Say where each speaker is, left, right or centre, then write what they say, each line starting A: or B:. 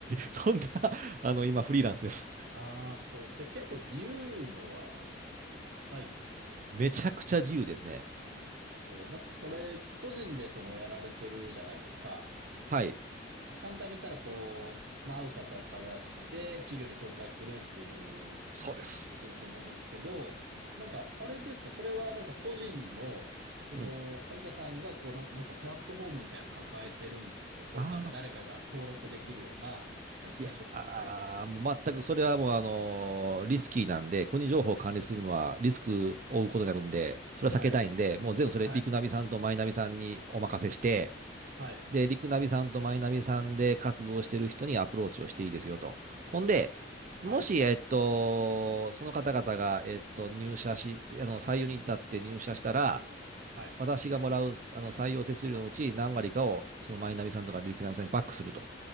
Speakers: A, on the right; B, on the right.
A: そんな、あの、今、フリーランスです。
B: ああ、そう。じゃあ結構自由度は結構高いんですか
A: めちゃくちゃ自由ですね。
B: えー、だそれ、個人でそのやられてるじゃないですか。
A: はい、
B: で簡単に言ったら、こう、まあ、合う方を探して、企業に紹介するっていう
A: そうです。
B: ことだと思うんですけど、なんか、あれですか、それはなんか個人の、その、
A: うん。
B: 萩田さんが、こうな、なんかプラットフォームみたいなの抱えてるんですかこう、
A: あ
B: なんか誰かが登録できるような、なんか転職サイト。
A: いや、あーもう全くそれはもう、あのーリスキーなんで、個人情報を管理するのはリスクを負うことになるんで、それは避けたいんで、
B: はい、
A: もう全部それ、
B: はい、
A: リクナビさんとマイナビさんにお任せして、
B: はい、
A: で、リクナビさんとマイナビさんで活動してる人にアプローチをしていいですよと。ほんで、もし、
B: はい、
A: えっと、その方々が、えっと、入社し、あの、採用に至って入社したら、
B: はい。
A: 私がもらうあの採用手数料のうち何割かをそのマイナビさんとかリクナビさんにバックすると。